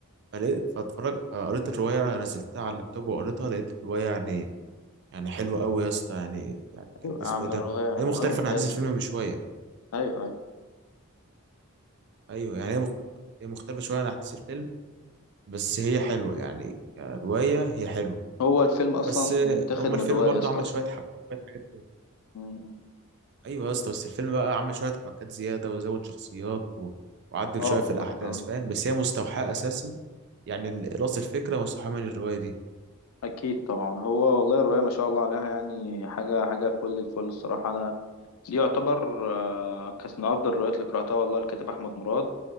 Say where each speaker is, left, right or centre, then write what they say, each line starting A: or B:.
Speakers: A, on the right (about 50°); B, on the left (about 80°).
A: فلقيت فاتفرج فقريت الرواية نزلتها على اللابتوب وقريتها لقيت الرواية يعني يعني حلوة أوي يا اسطى يعني يعني كانت
B: ايوه
A: اسمه
B: يا عم
A: إيه ده
B: الروايه
A: هي مختلفة
B: روايه ممتازه
A: عن أحداث الفيلم بشوية
B: ايوه ايوه
A: أيوه يعني هي مخ- هي مختلفة شوية عن أحداث الفيلم بس هي حلوة يعني كرواية هي حلوة
B: هو الفيلم اصلا
A: بس
B: متاخد
A: هما
B: من
A: الفيلم
B: روايه
A: برضو
B: يا اسطى
A: عمل
B: اصلا
A: شويه حبكات حاجات كده.
B: مم.
A: ايوه يا اسطى بس الفيلم بقى عمل شويه حبكات زياده وزود شخصيات و... وعدل
B: اه
A: شويه في
B: انا
A: الاحداث
B: فاهم
A: فاهم بس هي مستوحاه اساسا يعني ال- راس الفكره مستوحاه من الروايه دي
B: اكيد طبعا هو والله رؤيا ما شاء الله عليها يعني حاجه حاجه فل الفل الصراحه انا دي يعتبر آه، كانت من افضل الروايات اللي قراتها والله الكاتب احمد مراد